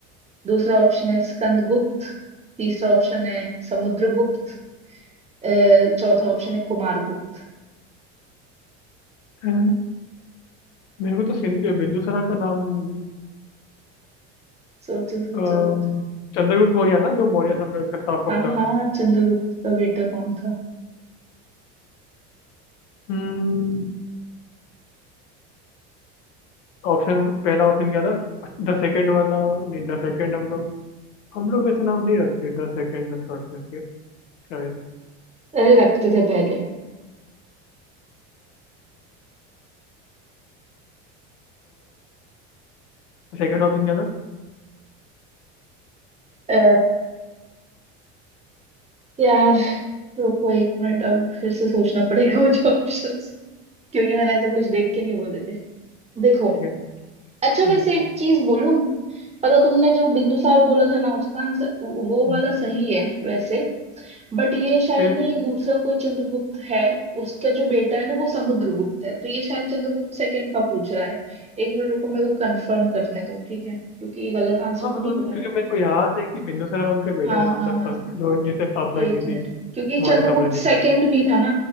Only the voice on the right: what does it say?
दूसरा ऑप्शन है स्कंदगुप्त तीसरा ऑप्शन है समुद्रगुप्त अ, चौथा ऑप्शन है कुमारगुप्त
सोचो सोचो
सोचो
हाँ
हाँ चंद्रगुप्त का बेटा कौन था
अरे रखते थे पहले
अ, यार रुको एक मिनट अब फिर से सोचना पड़ेगा मुझे ऑप्शंस क्योंकि मैंने ऐसा कुछ देख के नहीं बोले थे देखो
अच्छा
वैसे एक चीज बोलूं पता तुमने जो बिंदुसार बोला था ना उसका आंसर वो
वाला सही है वैसे बट ये शायद
नहीं ये दूसरा कोई चंद्रगुप्त है उसका जो बेटा है ना वो समुद्रगुप्त है तो ये शायद चंद्रगुप्त सेकंड का पूछ रहा है एक मिनट रुको मेरे को कंफर्म करने दो ठीक है क्योंकि ये गलत आंसर
तो
नहीं बता
रहा है
हाँ
हाँ
हाँ
हाँ
एक
मिनट क्योंकि
चंद्रगुप्त
सेकंड
भी था ना